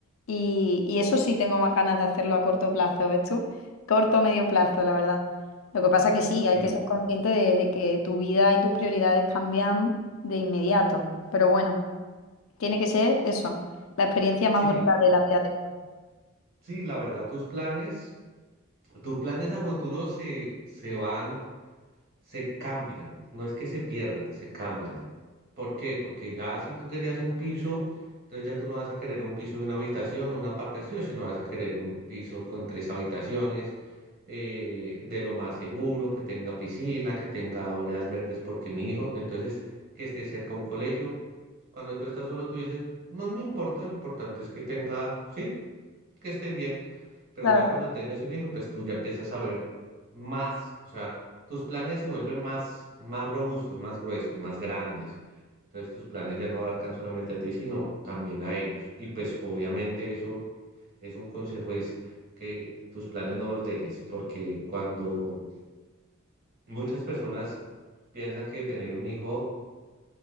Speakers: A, on the left; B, on the right.
A: y, y eso sí tengo más ganas de hacerlo a corto plazo, ¿ves tú? Corto o medio plazo, la verdad. Lo que pasa que sí, hay
B: Sí,
A: que ser consciente de, de que tu vida y tus prioridades cambian de inmediato. Pero bueno, tiene que ser eso, la experiencia más
B: sí,
A: bonita de la vida de uno.
B: sí, la verdad, tus planes, tus planes a futuro se, se van. se cambian, no es que se pierdan, se cambian. ¿Por qué? Porque ya si tú querías un piso, entonces ya tú no vas a querer un piso de una habitación o una parte de estudio, sino vas a querer un piso con tres habitaciones, eh, de lo más seguro, que tenga piscina, que tenga áreas verdes, porque mi hijo, entonces que esté cerca a un colegio. Cuando tú estás solo, tú dices, no me importa, lo importante es que tenga, sí, que esté bien. Pero
A: Claro,
B: ya cuando
A: claro.
B: tienes un hijo, pues tú ya empiezas a ver más, o sea, tus planes se vuelven más, más robustos, más gruesos, más grandes. Entonces tus planes ya no abarcan solamente a ti, sino también a ellos. Y pues obviamente eso es un consejo, es que tus planes no los dejes, porque cuando muchas personas piensan que tener un hijo